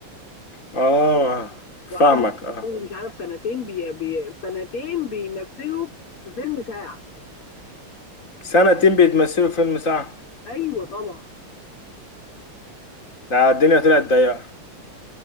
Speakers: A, on the left; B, on the left.
A: اه فاهمك
B: وقعدوا
A: اه
B: مش عارف سنتين بي بي سنتين بيمثلوا في فيلم ساعه
A: سنتين بيتمثلوا في فيلم ساعة
B: ايوه طبعا
A: ده الدنيا طلعت ضيقة